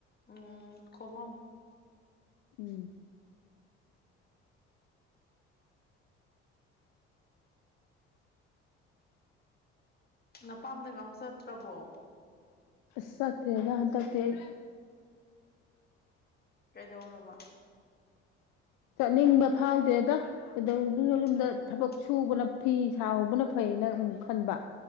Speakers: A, on the left; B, on the left.
A: ꯎꯝ ꯈꯣꯝꯃꯝꯃꯣ
B: ꯎꯝ
A: ꯅꯄꯥꯝꯗꯒ ꯑꯝ ꯆꯠꯇ꯭ꯔꯕꯣ
B: ꯑꯁ ꯆꯠꯇ꯭ꯔꯦꯗ ꯍꯟꯗꯛꯇꯤ ꯑꯩ
A: ꯀꯩꯗꯧꯣꯕ
B: ꯆꯠꯅꯤꯡꯕ ꯐꯥꯎꯗꯦꯗ ꯀꯩꯗꯧꯗꯨꯅ ꯌꯨꯝꯗ
A: ꯑꯣ
B: ꯊꯕꯛ ꯁꯨꯕꯅ ꯐꯤ ꯁꯥꯍꯧꯕꯅ ꯐꯩꯌꯦꯅ ꯑꯃꯨ ꯈꯟꯕ